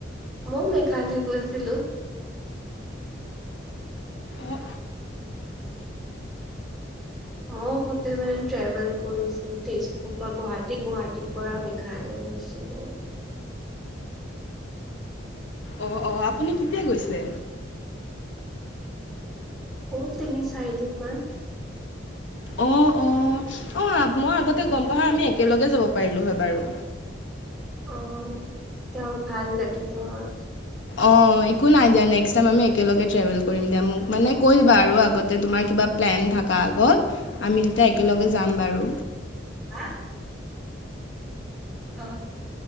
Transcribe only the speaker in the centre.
মই মেঘালয় গৈছিলো।
মই গোটেই মানে ট্ৰেভেল কৰিছো তেজপুৰ পৰা গুৱাহাটী গুৱাহাটীৰ পৰা মেঘালয় গৈছিলোঁ।
হ'ল তিনি চাৰিদিন মান।
অঁ তেওঁ আৰু ভাল লাগিল হয়।
হা অ।